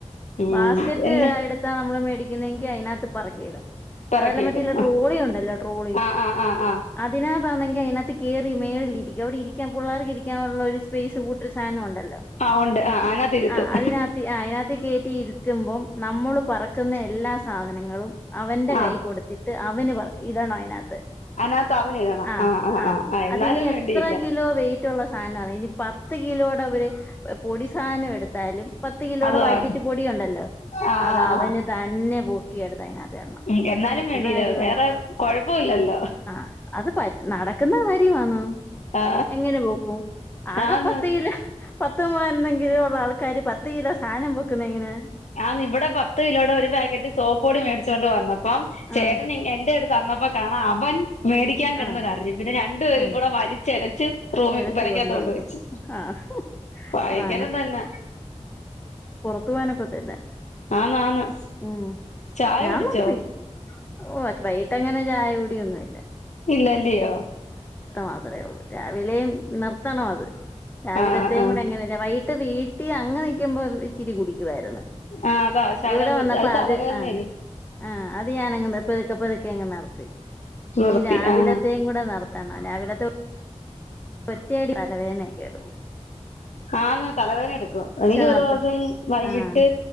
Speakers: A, on the left (about 80°); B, on the left (about 15°).
A: ഉം
B: ബാസ്കറ്റ്
A: എന്ന്
B: എടുത്താ നമ്മള് മേടിക്കുന്ന അതിനകത്ത് പറക്കിയിടും
A: പെറക്കിയിടും
B: അതെല്ലാം മറ്റില്ല ട്രോളി ഉണ്ടല്ലോ ട്രോളി
A: ആ ആ ആ ആ
B: അതിനാ പറന്നെങ്കി അതിനകത്ത് കയറി മേളിൽിരിക്കും അവിടെ ഇരിക്കൻ പിള്ളേർക്ക് ഇരിക്കാനുള്ള ഒരു സ്പേസ് കൂട്ടൊരു സാധനംുണ്ടല്ലോ
A: ആ ഉണ്ട് ആ അതിനകത്ത് ഇരുത്തും
B: ആ അതിനകത്ത് ആ അതിനകത്ത് കയറ്റി ഇരുത്തുമ്പോം നമ്മള് പറക്കുന്ന എല്ലാ സാധനങ്ങളും അവന്റെ
A: ആ
B: കൈ കൊടുത്തിട്ട് അവന് ഇടാണ് അതിനകത്ത്
A: അതിനകത്ത് അവൻ ഇടണം
B: ആഹ
A: ആ ആ
B: ആ്
A: ആ ആ എന്നാലും
B: അത്നി എത്ര
A: വേണ്ടിയില്ല
B: കിലോ വെയിറ്റ് ഉള്ള സാധനണ് ഇനി പത്ത് പത്ത് കിലോടെ അവര് പൊടി സാധനം എടുത്താലും പത്ത് കിലോയുടെ
A: അത്
B: പാക്കറ്റ്
A: അവൻ
B: പൊടിയുണ്ടല്ലോ
A: ആ
B: അത്
A: ആ
B: അവന്
A: ആ
B: തന്നെ പൂക്കി എടുത്ത് അതിനകത്ത്
A: ഉം എന്നാലും
B: പറ്റുന്ന
A: വേണ്ടിയില്ല
B: കാര്യ
A: വേറെ കൊഴപ്പമില്ലല്ലോ
B: ആ അത് നടക്കുന്ന ക വന്നോ
A: ആ
B: എങ്ങനെ പോക്കും ആകെ
A: ഞാന്ന്
B: പൊത്തല്ല പത്ത് മവരന്തെങ്കിലോ ഉള്ള ആൾക്കാാര് പത്ത് കിലോ സാധനം പൊക്കുന്ന എങ്ങനെ
A: ആഹ ഇവിടെ പത്ത് കിലോടെ ഒരു പാക്കറ്റ് സോപ്പോടി മേടിച്ചൊണ്ട് വന്നപ്പം ചേട്ടൻ
B: ആഹ്
A: എന്റെ അടുത്ത് തന്നപ്പോ കാണാം അവൻ മേടിക്കാൻ കിടുന്ന
B: ആഹ്
A: കാര് പിന്നെ രണ്ടുപേരും
B: ആഹ്
A: കൂടെ വലിച്ചരച്ച് റൂമ
B: ഇഴച്ചു
A: പരക്കാത്ത
B: കൊണ്ടുവന്നു
A: കൊണ്ട് വെച്ചു
B: ആഹ്
A: ഭയങ്കരം
B: അത്
A: തന്നെ
B: ത്തുവാനപ്പത്തല്ല
A: ആന്ന് ആന്ന്
B: ഉം
A: ചായ
B: ഞാൻ
A: കുടിച്ചോ
B: നടത്തി ഓ അത് വൈകിട്ട് അങ്ങനെ ചായ കൂടിയൊന്നും ഇല്ല
A: ഇല്ലല്ലയോ
B: മാത്രമേ ഉള്ളൂ രാവിലെയും നിർത്തണം അത് രാവിലത്തെയും
A: ആ ആ
B: കൂടെ എങ്ങനെ ഇട്ട് വീട്ടിൽ അങ്ങങ് നിൽക്കുമ്പോം ഇിരി കുടിക്കുമായിരുന്നു
A: ആഹ് അതാ ശാലം
B: ഇവിടെ
A: കൊടുത്ത്
B: വന്നപ്പോ അത്
A: തലവേദനയല്ലേ
B: ആഹ ആഹ അത് ഞാനങ്ങ പതുക്കെ പതുക്കെ അങ്ങ് നടത്തി
A: നിർത്തി
B: ഇനി രാവിലത്തെയും
A: ആഹ്
B: കൂടെ നടത്തണം രാവിലത്തെ പറ്റടി തലവേദനയ കേടു
A: ആഹന്ന തലവേദന എടുക്കും എനിക്ക്
B: നിർത്ത
A: ഒരു ദിവസം വൈകിട്ട്
B: ആഹ്